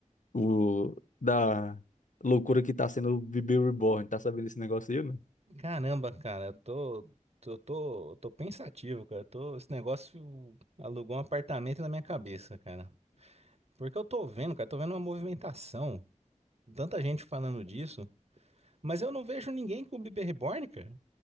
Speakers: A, on the left; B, on the right.
A: o, da loucura que tá sendo o Bebê Reborn. Tá sabendo esse negócio aí, né?
B: Caramba, cara, eu tô, tô, tô, tô pensativo, cara. Tô, esse negócio alugou um apartamento na minha cabeça, cara. Porque eu tô vendo, cara, tô vendo uma movimentação, tanta gente falando disso, mas eu não vejo ninguém com bebê reborn, cara.